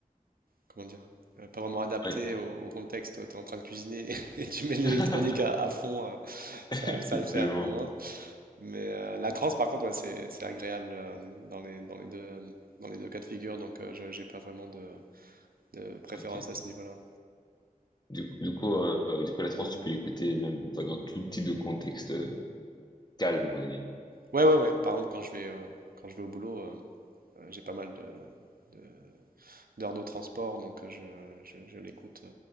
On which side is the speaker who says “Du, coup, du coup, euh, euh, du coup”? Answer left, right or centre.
Left